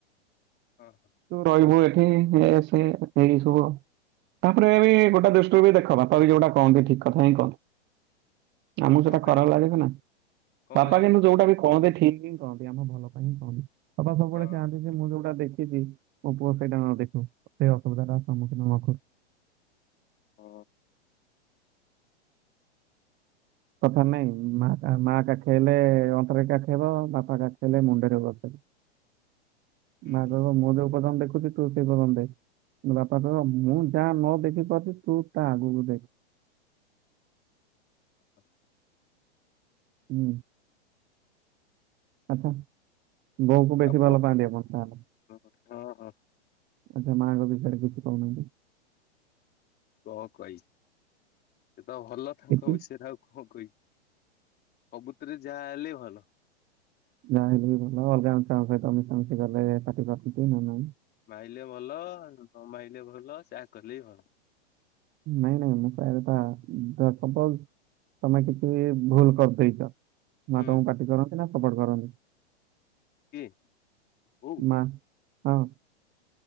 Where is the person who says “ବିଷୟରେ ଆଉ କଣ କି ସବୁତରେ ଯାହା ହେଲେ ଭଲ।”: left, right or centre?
Left